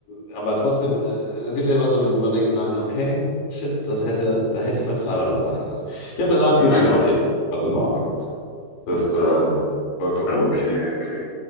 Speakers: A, on the left; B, on the left.
A: äh, aber trotzdem, äh, es gibt ja immer so, wo man denkt im Nachhinein, okay, shit, das hätte, da hätte ich mal dreimal drüber nachgedacht. Ich habe danach
B: mhm.
A: gut investiert.
B: <laughs>
A: Das ist in Ordnung. Das äh,
B: Ah,
A: vollkommen
B: okay,
A: gut.
B: okay.